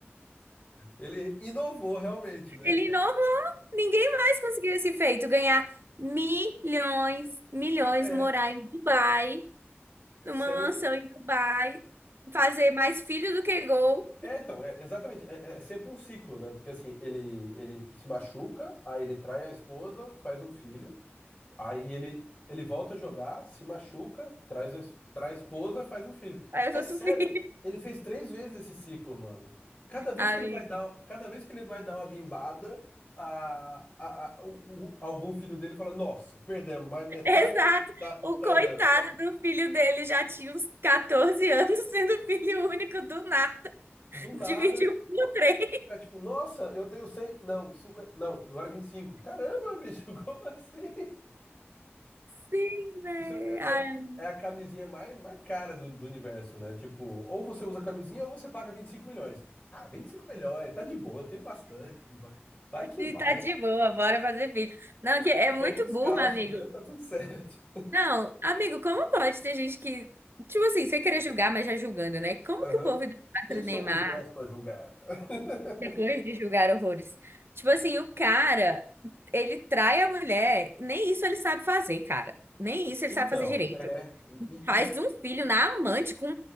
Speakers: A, on the left; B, on the right.
A: ele inovou realmente, né?
B: Ele inovou, ninguém mais conseguiu esse feito, ganhar milhões, milhões,
A: É,
B: morar
A: é,
B: em Dubai, numa
A: sem
B: mansão em Dubai, fazer mais filho do que gol.
A: É, então, é, exatamente, é, é sempre um ciclo, né? Porque assim, ele ele se machuca, aí ele trai a esposa, faz um filho, Aí ele, ele volta a jogar, se machuca, traz, a es- traz a esposa, faz um filho.
B: Aí eu
A: É
B: tô
A: sério,
B: tu filho,
A: ele fez três vezes esse ciclo, mano. Cada
B: <laughs>
A: vez que ele vai dar, cada vez que ele vai dar uma bimbada, a, a, a- o- o- algum filho dele fala: Nossa, perdemos mais metade
B: Exato.
A: da, da,
B: O
A: da
B: coitado
A: herança.
B: do filho dele já tinha uns 14 anos, <laughs> sendo filho único do nada.
A: Do nada,
B: Dividiu por três.
A: é tipo: Nossa, eu tenho 100 não, 50 não, agora vinte e cinco Caramba, bicho, <laughs> como assim?
B: Sim, velho.
A: Isso é,
B: Ai,
A: é- é a camisinha mais, mais cara do, do universo, né? Tipo, ou você usa camisinha ou você paga 25 milhões. Ah, 25 milhões, tá de boa, eu tenho bastante. Vai que
B: e
A: vai.
B: tá de boa, bora fazer filho. Não, que é muito
A: Vamos descalço
B: burro, amigo.
A: mesmo, tá tudo certo.
B: Não, amigo, como pode ter gente que. Tipo assim, sem querer julgar, mas já julgando, né? Como
A: Aham.
B: que o povo idolatra
A: Quem somos
B: o Neymar
A: nós pra julgar? <laughs>
B: depois de julgar horrores? Tipo assim, o cara, ele trai a mulher, nem isso ele sabe fazer, cara. Nem isso ele
A: Então,
B: sabe fazer direito.
A: é. E,
B: Faz
A: e-
B: um filho na amante com